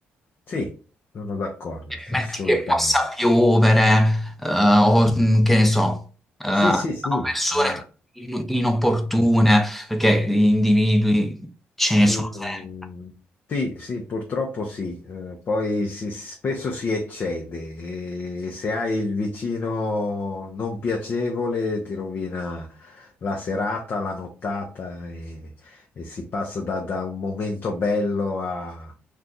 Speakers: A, on the left; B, in the centre.
A: Sì, sono d'accordo, sì,
B: metti
A: assolutamente.
B: che possa piovere, eh, o mh, che ne so, eh, sono
A: Sì, sì, sì,
B: persone
A: ha,
B: in- inopportune, perché gli individui ce ne
A: Mm,
B: sono sempre.
A: sì, sì, purtroppo sì, Eh, poi si- spesso si eccede e se hai il vicino non piacevole ti rovina la serata, la nottata e, e si passa da, da un momento bello a